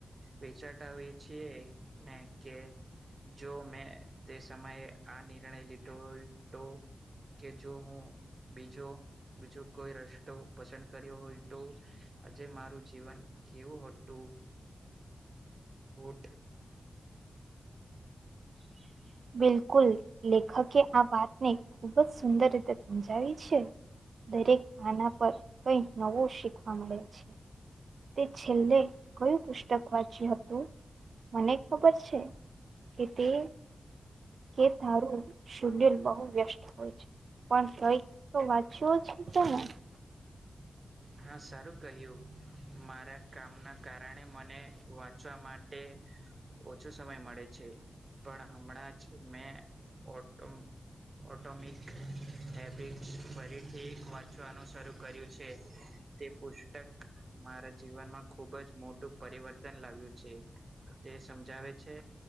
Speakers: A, on the right; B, on the right.
A: વિચાટ આવી છે ને કે જો મેં તે સમયે આ નિર્ણય લીધો હોય તો કે જો હું બીજો બીજો કોઈ રસ્તો પસંદ કર્યો હોય તો આજે મારું જીવન કેવું હતું. <unintelligible> <inaudible>
B: બિલકુલ લેખકે આ વાતને ખુબ જ સુંદર રીતે સમજાવી છે. દરેક આના પર કઈ નવું શીખવા મળે છે. તે છેલ્લે કયું પુસ્તક વાચ <unintelligible> હતું મને ખબર છે કે તે કે તારું શિડયુલ બહુ વ્યસ્ત હોય છે. પણ કઈ તો વાંચ્યો છે તમે.
A: હા સારું કહ્યું. મારા કામના કારણે મને વાંચવા માટે ઓછો સમય મળે છે પણ હમણાં જ મેં ઓટો ઓટોમિક, હેબિટ્સ ફરી ઠીક વાંચવાનો શરૂ કર્યું છે તે પુસ્તક મારા જીવનમાં ખુબ જ મોટું પરિવર્તન લાવ્યું છે. તે સમજાવે છે